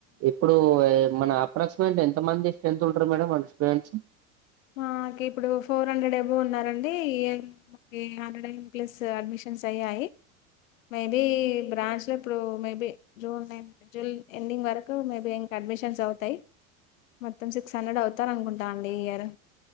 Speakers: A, on the right; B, on the left.
A: ఇప్పుడూ ఎ మనా అప్రాక్సిమేట్ ఎంత మంది స్ట్రెంత్ ఉంటరు మేడం మనకి స్టూడెంట్స్
B: మా కిప్పుడు ఫోర్ హండ్రెడ్ ఎబో ఉన్నారండి ఈ ఇయర్ హండ్రెడ్ ఎన్ ప్లస్ అడ్మిషన్స్ అయ్యాయి మేబీ బ్రాంచ్లో ఇప్పుడు మేబి జూన్నె జుల్ ఎండింగ్ వరకు మేబీ ఇంక అడ్మిషన్స్ అవుతయ్ మొత్తం సిక్స్ హండ్రెడ్ అవుతార్ అనుకుంటా అండి ఈ ఇయర్